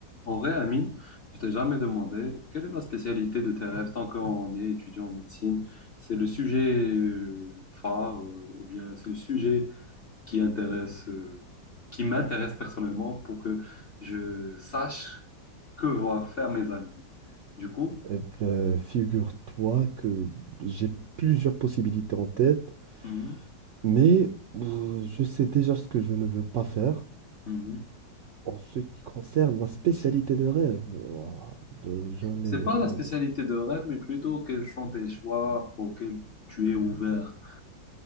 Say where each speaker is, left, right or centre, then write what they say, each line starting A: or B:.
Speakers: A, on the left; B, on the right.
A: En vrai, Amine, je t'ai jamais demandé quelle est la spécialité de tes rêves tant qu'on est étudiant en médecine. C'est le sujet euh, phare euh, ou bien c'est le sujet qui intéresse, euh, qui m'intéresse personnellement pour que je sache que vont faire mes amis. Du coup,
B: Eh ben, figure-toi que j'ai plusieurs possibilités en tête,
A: mhm,
B: mais euh, je sais déjà ce que je ne veux pas faire
A: mhm.
B: en ce qui concerne ma spécialité de rêve. Ouah, ben, j'en
A: c'est
B: ai,
A: pas la
B: j'en-
A: spécialité de rêve, mais plutôt quels sont tes choix auxquels tu es ouvert.